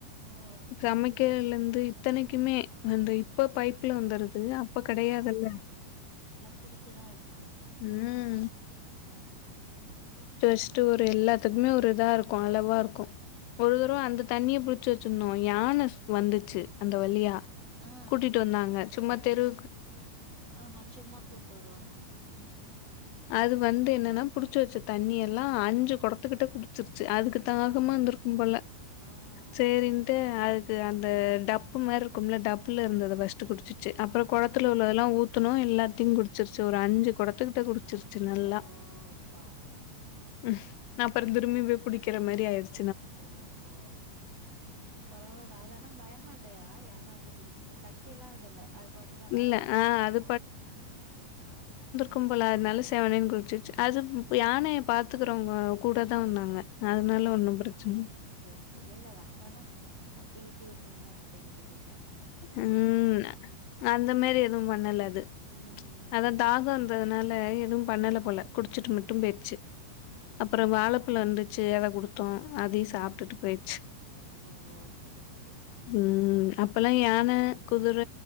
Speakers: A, on the right (about 30°); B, on the left (about 80°).
A: ஓ
B: சமைக்கிறலந்து இத்தனைக்குமே அந்த அப்ப பைப்ல வந்துருது அப்ப கெடையாதுல்ல
A: புடிச்சிதா வெக்கணு
B: ம்
A: அ
B: ஸ்ட்டு ஒரு எல்லாத்துக்மே ஒரு இதாருக்கு அளவா இருக்கு ஒரு தடவ அந்த தண்ணிய புடிச்சி வச்சிருந்தோ யான வந்துச்சு அந்த வழியா
A: ஆ
B: கூட்டிட்டு வந்தாங்க சும்மா தெரு
A: ஆமா சும்மா கூட்டு வருவாங்க ம்
B: அது வந்து என்னன்னா புடிச்சி வச்ச தண்ணி எல்லா அஞ்சு கொடத்துக்கிட்ட குடிச்சிருக் ச்சு அதுக்கு தாகமா
A: ஐயையோ
B: இந்திருக்கு போல
A: ஆ ஆ
B: செரின்ட்டு
A: ஆ
B: அதுக் கு அந்த டப்பு மாரி இருக்கும்ல டப்புல இருந்தத
A: ம்
B: ஃபஸ்ட் குடிச்சிர்ச்சு அப்றோ
A: ஆ
B: கொளத்துல உள்ளதெல்லா ஊத் துனு எல்லாத்தியு குடிச்சிருச்சு ஒரு அஞ்சு கொடத்துக்கிட்ட குடி ச்சிருச்சு நல்லா
A: ஓ பாவோ
B: ம்
A: ம்
B: அப்றோ திரும்பி போய் புடிக்கிற மாரி ஆயிருச்
A: ஓ ஓ பரவால்ல அதானா பயமா இல்லையா யா லா வந்து குடிக்குபோத் தட்டிலா விடல அது பாட்டுக் அழகா
B: இல்ல
A: குடிச்சிகிச்சா
B: ஆ அது கு போல அத்னால செவனேனு குடிச்சிர்ச்சு அது ப் யானைய பாத்துக்குறவுங்க கூட தா வந்தாங்க அதனால
A: ஆ ஆ
B: ஒன்னு பிரச்சன இல்ல.
A: சேரி சேரி இல்ல இல்ல வந்தாலு தட்டிக்கிட்டி வுட்ருமோ அப்டின்ட்டு கேட்ட
B: உம் அந்த மேரி எதுவு பண்ணல அது ம்ச்
A: ம்
B: அதா தாகம்ன்றதுனால எதுவு பண்ணல போல குடிச்சிட்டு மட்டு
A: ஓ
B: போய்ருச்சி
A: ஓ
B: அப்பறோ
A: பரவால்ல
B: வாழப்பழோ இருந்துச்சு அத குடு த்தோ அதையு
A: ம்
B: சாப்டுட்டு
A: ம்
B: போய்ருச்சு
A: ஓ சேரி சேரி சேரி
B: உம் அப்பல்லா யான குதிர